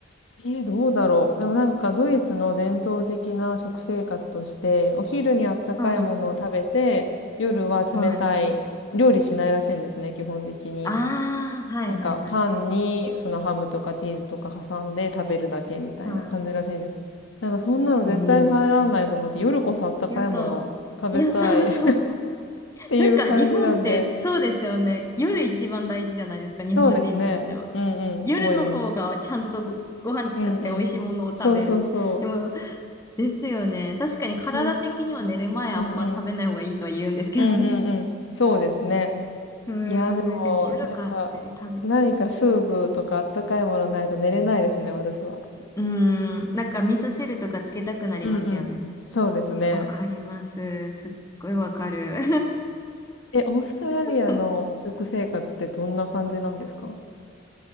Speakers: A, on the left (about 75°); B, on the left (about 15°).
A: えー、どうだろう。でもなんかドイツの伝統的な食生活として、お昼にあったかいものを食べて、
B: はい、
A: 夜は冷たい、
B: はい。
A: 料理しないらしいんですね、基本的に。
B: ああ、はい、
A: なんかパンにそのハムとかチーズとか挟んで食べるだけみたいな感じらしいんです。
B: はい、はい。は
A: なんかそんなの絶対入らないと思って、
B: い。えー、
A: 夜こそあったかいものを食べたい
B: やだ。いや、そうそう。
A: <laughs> っていう感じなんで。
B: なんか、日本ってそうですよね。夜一番大事じゃないですか、
A: うん
B: 日本人としては。
A: そうですね。うんうん、
B: 夜の方がちゃんとご、
A: 思います。
B: ご飯作って美味しいものを食べる。
A: うんうん。そうそうそ
B: でも、ですよね。確かに体的には寝る前あんま食べない方がいいとは言うんですけどね。
A: う。それは、うんうん。うんうんうん。そうですね。
B: <laughs> う
A: いや、でも、
B: ーん、でも夜がっつり食べ、
A: なんか、何かスープとかあったかいものないと寝れないですね、
B: う
A: 私は。
B: ーん、なんか味噌汁とかつけたくなりますよね。
A: うんうん。そうですね。
B: わかります。すっごいわかる。
A: え、オーストラリアの食生活ってどんな感じなんですか
B: <laughs>